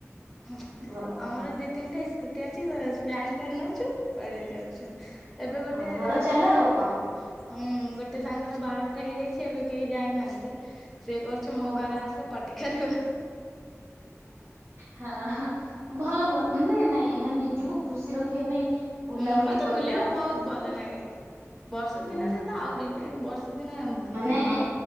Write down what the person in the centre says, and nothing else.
ଉଁ
ଆମର ଦି ତିନିଟା ଏଇ ସ୍କୁଟି ଅଛି ବାସ। ପ୍ଲାନ୍ କରିନଉଛୁ ତଇରେ ଯାଉଛୁ। ଏବେ ଗୋଟେ
ସାଙ୍ଗର।
ହୁଁ ଗୋଟେ ସାଙ୍ଗର ବାହାଘର ହେଇଯାଇଛି ଏବେ କେହି ଯାଇନାହାନ୍ତି। ସେ କହୁଛି ମୋ
ଘରେ ଆସେ ପାଟି କରିବା।
ହୁଁ ମତେ
ବୁଲିବା ବହୁତ ଭଲ ଲାଗେ ବର୍ଷା
ଦିନରେ ତ ଆହୁରି ବର୍ଷା ସେଦିନେ
ମା